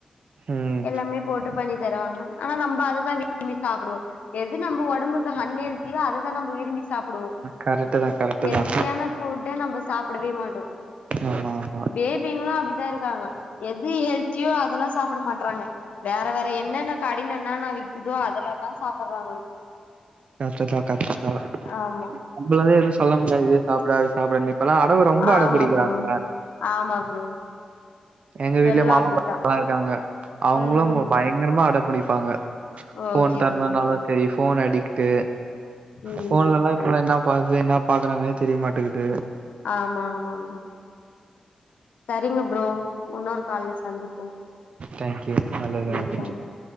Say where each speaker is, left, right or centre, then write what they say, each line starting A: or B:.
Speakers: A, on the right; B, on the left.
A: ம்
B: எல்லாமே போட்டு பண்ணி தருவாங்க ஆனா நம்ப அது தா விரும்பி சாப்டுவோ எது நம்ப ஒடம்புக்கு ஹண் எல்த்தியோ அது தா நம்ப விரும்பி சாப் டுவோ
A: கரெக்ட்டு தா கரெக்ட்
B: எல்த்தியான
A: தா
B: ஃபுட்ட நம்ப சாப்படவே மாட்டோ
A: ஆமா ஆமா
B: பேபீங்களு அப்டிதா இருக்காங்க எது ஹெல்த்தியோ அதெல்லா சாப்பட மாட் றாங்க வேற வேற என்னென்ன கடைல என்னான்னா விக்குதோ அதெல்லாந்தா சாப்பட்றாங்க
A: கஷ்டந்தா கஷ்டந்தா
B: ஆமா
A: நம்பளால எது சொல்ல முடியாது இது சாப்டு அது சாப்டுன்னு இப்பல்லா அடவு ரொம்ப
B: ஆமா
A: அடம் பிடிக்கிறாங்கல்ல
B: ப்ரோ ஆமா ப்ரோ
A: எங்க
B: இப்ப
A: வீட்லயு
B: எல்லா
A: மாமா
B: அப்டிதா
A: <inaudible> ங்கல்லா இருக்கறாங்க அவுங்களு
B: ம்
A: அவுங்க
B: ம்
A: பய ங்கரமா அட பிடிப்பாங்க ஃபோன்
B: ஓகே
A: தர்ணுனாலு
B: ப்ரோ
A: செரி ஃபோன் அடிக்ட்டு
B: ம்
A: ஃபோன்லல்லா இப்பல்லா என்னா பாக்து என்னா பாக்கறாங்னே தெரிய மாட்டகிது
B: ஆமா ஆமா ஆமா சரிங்க ப்ரோ உன்னோரு கால்ல சந்திப்போ
A: தேங்க்யூ நல்லது நல்லது
B: ம் தேங்க் யூ